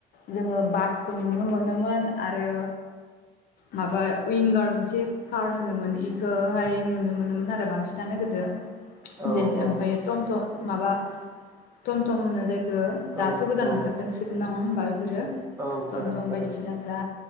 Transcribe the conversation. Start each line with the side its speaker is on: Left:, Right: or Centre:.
Left: जोङो बासखौ नुनो मोनोमोन। आरो माबा विंगार मोनसे कार होनोमोन इखौहाय नुनो मोनोमोन आरो बांसिन। जानो गोदो
Right: औ
Left: जे
Right: औ
Left: ओमफ्राय टम -टम माबा टम- थम होनो जाय
Right: औ
Left: दाथ' गोदान
Right: औ
Left: ओंखारदोंसबो नङा होनोमबा बेफोरो
Right: औ
Left: टम-
Right: गोदान
Left: टम
Right: ओंखारदों
Left: बायदि सिनाफ्रा।